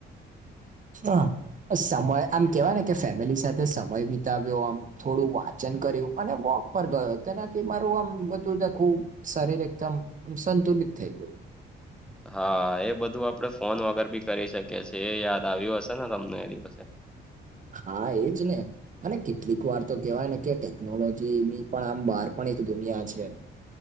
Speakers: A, on the right; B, in the centre.
A: હા સમય આમ કેવાય ને કે ફેમિલી સાથે સમય વિતાવ્યો આમ થોડું વાચન કર્યું અને વોક પર ગયો તેનાથી મારું આમ બધું આખું શરીર એકદમ સંતુલિત થઈ જવ
B: હા એ બધું આપડ ફોન વગર બી કરી શકીએ છે, એ યાદ આવ્યું હશે ને તમને એ દિવસે
A: હા એજ ને અને કેટલીક વાર તો કેહેવાય ને કે ટેકનોલોજી ની પણ આમ બહાર પણ એક દુનિયા છે.